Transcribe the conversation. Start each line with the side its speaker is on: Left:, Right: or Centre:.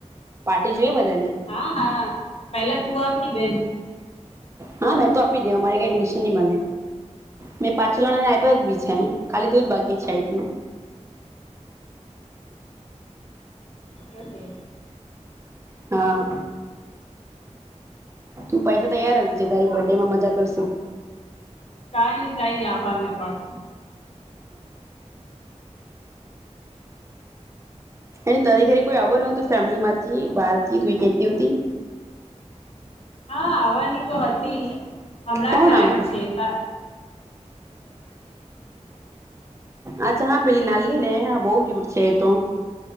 Right: પાર્ટી જોઈ બધાને
Left: હા હા પેલા તું આપની બેન
Right: હા. સો આપી દે મારે કે મળ મે પાછ જણાને આપ્યા બીછા ખાલી ત જ બાકીછથી
Left: ઓકે.
Right: હા. તું પૈસા તેર છે તારી બર્ડે મા મજા કરશું.
Left: કાઈ નઈ કઈ નઈ આપા મે પણ
Right: એ તારી ઘરે કોઈ આવ નતું ફેમિલી માંથી બહાર થી તું એ કેતીતી
Left: હા આવવાની તો હતી હમણાં
Right: કોણ
Left: ટાઈમ
Right: આવવાની?
Left: છે ત
Right: અચ્છા હા પેલી નાલલી ને હા બહુ કવ શેતો